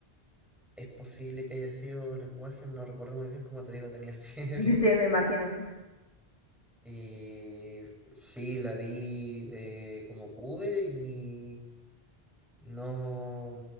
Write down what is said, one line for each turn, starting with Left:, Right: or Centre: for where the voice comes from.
Centre: Es posible que haya sido lenguaje, no recuerdo muy bien. Como te digo, tenía <laughs> fiebre.
Left: <laughs> Sí, me imagino.
Centre: Y sí, la vi eh, como pude y no,